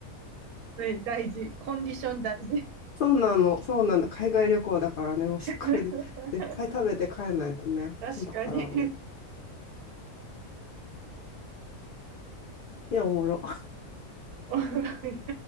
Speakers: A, on the right; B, on the left.
A: ね、大事。コンディション大事。
B: そうなの、そうなの。海外旅行だからね、もうしっかり
A: <laughs>
B: いっぱい食べて帰んないとね。
A: 確かに。
B: そうだから、もういや、おもろ。
A: <laughs> おもろい。